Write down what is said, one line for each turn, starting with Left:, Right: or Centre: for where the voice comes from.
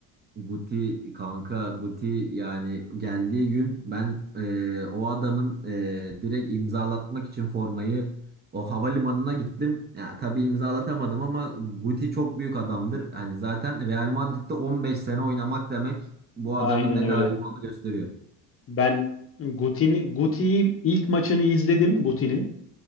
Right: Guti kanka Guti yani geldiği gün ben e, o adamın e, direkt imzalatmak için formayı o havalimanına gittim. Ya tabii imzalatamadım ama Guti çok büyük adamdır. Hani zaten Real Madrid'de 15 sene oynamak demek bu
Left: Aynen
Right: adamın ne
Left: öyle.
Right: kadar büyük olduğunu gösteriyor.
Left: Ben Guti'nin Guti'yi ilk maçını izledim Guti'nin.